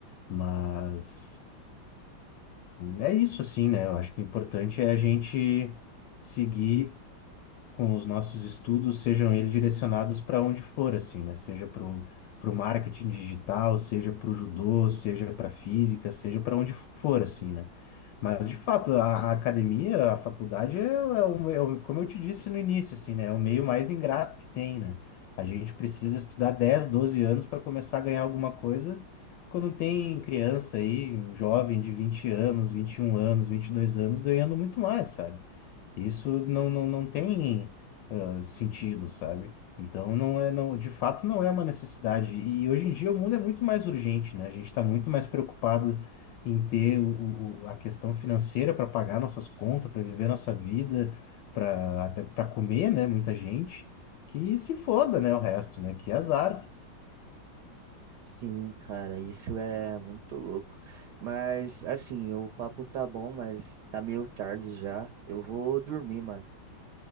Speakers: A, on the left; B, on the right.
A: Mas é isso, assim, né? Eu acho que o importante é a gente seguir com os nossos estudos, sejam eles direcionados para onde for, assim, né? Seja para o para o marketing digital, seja para o judô, seja para física, seja para onde for, assim, né? Mas, de fato, a, a academia, a faculdade, é, é, um, é um- como eu te disse no início, assim, né? É o meio mais ingrato que tem, né? A gente precisa estudar 10 12 anos para começar a ganhar alguma coisa. Quando tem criança aí, um jovem de 20 anos, 21 anos, 22 anos, ganhando muito mais, sabe? Isso não, não, não tem ah, sentido, sabe? Então não é, não, de fato não é uma necessidade. E hoje em dia o mundo é muito mais urgente, né? A gente está muito mais preocupado em ter o, o- a questão financeira para pagar nossas contas, para viver nossa vida, para até para comer, né? Muita gente que se foda, né? O resto, né? Que azar.
B: Sim, cara, isso é muito louco. Mas, assim, o papo tá bom, mas tá meio tarde já. Eu vou dormir, mano.